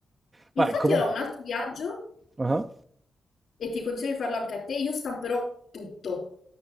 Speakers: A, on the left; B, on the right.
A: Infatti
B: Ma comunque...
A: io ho un altro viaggio,
B: uh-huh.
A: e ti consiglio di farlo anche a te, io stamperò tutto.